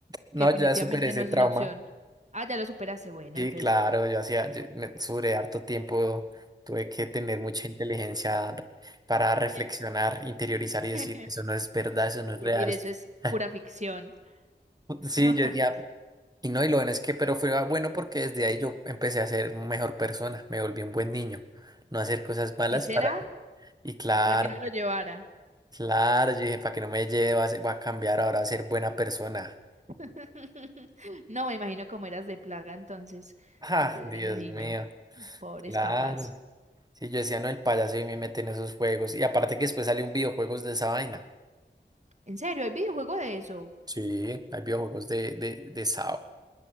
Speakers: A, on the right; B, on the right.
A: No,
B: que definitivamente
A: ya superé ese
B: no es
A: trauma.
B: una opción. Ah, ya lo superaste, bueno,
A: Sí,
B: entonces.
A: claro, yo hacía, yo me- sobre harto tiempo tuve que tener mucha inteligencia r- para reflexionar,
B: eh,
A: interiorizar y decir,
B: <laughs>
A: eso no es verdad, eso no es
B: Es
A: real.
B: decir, eso es
A: <laughs>
B: pura ficción. <laughs>
A: Sí, yo decía, y no, y lo bueno es que, pero fue ah, bueno porque desde ahí yo empecé a ser mejor persona, me volví un buen niño, no hacer cosas malas
B: Si será,
A: para Y claro,
B: ¿para qué no lo llevara?
A: claro, yo dije, para que no me lleve, va a, ser- va a cambiar ahora a ser buena persona.
B: <laughs> No, me imagino cómo eras de plaga entonces
A: Ah,
B: cuando eras
A: Dios
B: niño.
A: mío,
B: Pobres
A: claro.
B: papás.
A: Sí, yo decía, no, el payaso y me mete en esos juegos. Y aparte que después salió un videojuegos de esa vaina.
B: ¿En serio? ¿Hay videojuego de eso?
A: Sí, hay videojuegos de, de, de Sao.